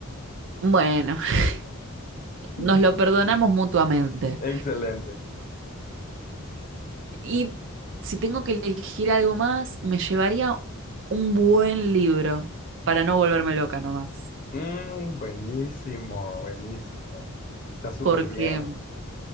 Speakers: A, on the right; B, on the left.
A: Bueno, <laughs>
B: <laughs>
A: nos lo perdonamos mutuamente.
B: Excelente.
A: Y si tengo que elegir algo más, me llevaría un buen libro para no volverme loca nomás,
B: Mm, buenísimo, buenísimo. Está súper
A: porque
B: bien.